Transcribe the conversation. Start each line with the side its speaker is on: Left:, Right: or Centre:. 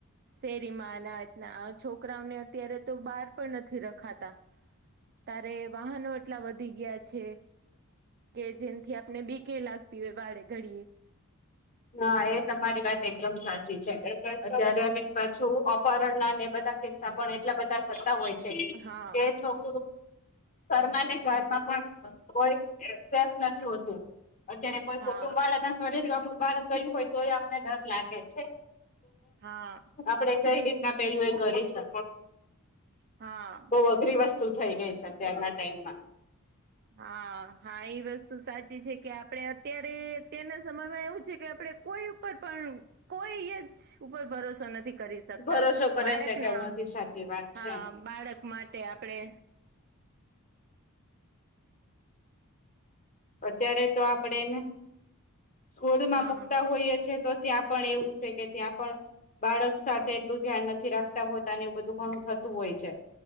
Right: શેરીમાં ના રીતના છોકરાઓને અત્યારે તો બાર પણ નથી રખાતા. તારે વાહનો એટલા વધી ગયા છે. કે જેમથી આપને બી કે લાગતી હોય વાળે ઘડીએ.
Left: હા, એ તમારી વાત એકદમ સાચી છે અત્યારે અને પાછું અપહરણના ને બધા કિસ્સા પણ એટલા બધા થતા હોય છે
Right: હા
Left: કે છોક ઘરમાંને ઘરમાં પણ કોઈ સેફ નથી હોતું. અત્યારે કોઈ
Right: હા
Left: કુટુંબવાળા ના ઘરે જો આપરું બાળક ગયું હોય તોયે આપણને ડર લાગે છે.
Right: હા
Left: આપડે કઈ રીતના પેલું એ કરી શકે
Right: હા
Left: બહુ અઘરી વસ્તુ થઈ ગઈ છે અત્યારના ટાઈમમાં
Right: હા, હા એ વસ્તુ સાચી છે કે આપડે અત્યારે અત્યારના સમયમાં એવું છે કે આપડે કોઈ ઉપર પણ કોઈ જ ઉપર ભરોસો નથી કરી શકતા
Left: ભરોસો કરે
Right: બાળકના
Left: છે કે હું નથી સાચી વાત
Right: હા,
Left: છે.
Right: બાળક માટે આપણે
Left: અત્યારે તો આપડે એને સ્કૂલમાં
Right: હા
Left: મૂકતા
Right: હા
Left: હોઈએ છે તો ત્યાં પણ એવું છે કે ત્યાં પણ બાળક સાથે એટલું ધ્યાન નથી રાખતા હોતા ને એવું બધું ઘણું થતું હોય છે.